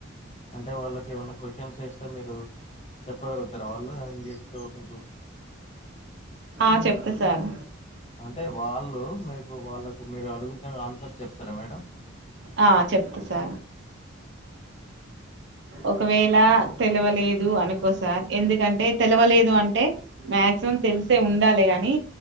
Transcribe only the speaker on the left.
అంటే వాళ్ళకి ఏమైనా క్వశ్చన్స్ వేస్తే మీరు చెప్పగలుగుతర వాళ్ళు ఇంగ్లీష్లో మీకు
అంటే వాళ్ళు మీకు వాళ్ళకు మీరు అడుగుతే ఆన్సర్ చెప్తరా మేడం
అవునా.